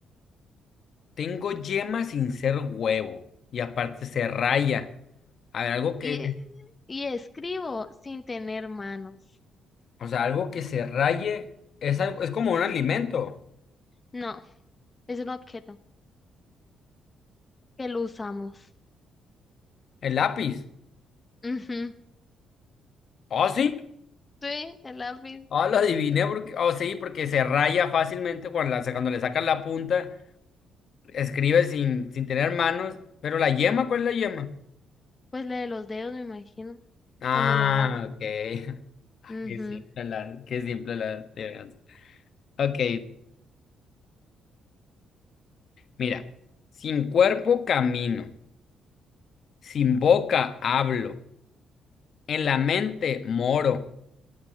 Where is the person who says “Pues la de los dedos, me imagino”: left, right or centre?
Left